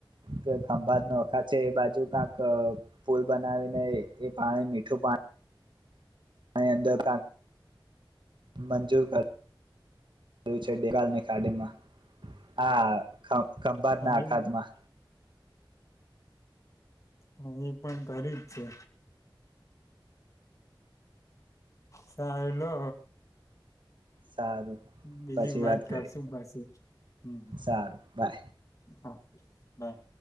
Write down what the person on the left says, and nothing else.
હા
એ હા એ પણ તારી જ છે સારું લો.
બીજી
વાત કરશું
પછી હમ્મ
હા. બાય